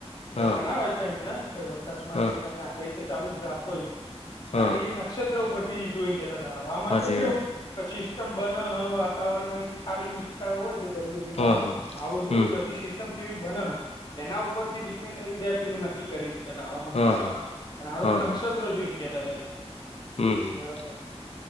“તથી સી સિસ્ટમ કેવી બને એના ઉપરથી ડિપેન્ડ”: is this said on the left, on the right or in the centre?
Left